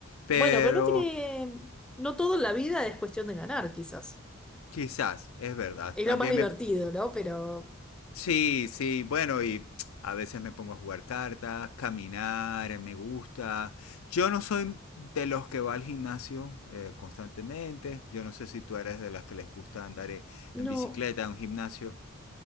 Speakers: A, on the left; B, in the centre.
A: Pero...
B: Bueno, pero no tiene, no todo en la vida es cuestión de ganar, quizás.
A: Quizás, es verdad.
B: Es
A: También
B: lo más divertido,
A: me,
B: ¿no? Pero...
A: Sí, sí, bueno, y a veces me pongo a jugar cartas, caminar, me gusta. Yo no soy de los que va al gimnasio eh, constantemente. Yo no sé si tú eres de las que les gusta andar eh,
B: No,
A: en bicicleta, en un gimnasio.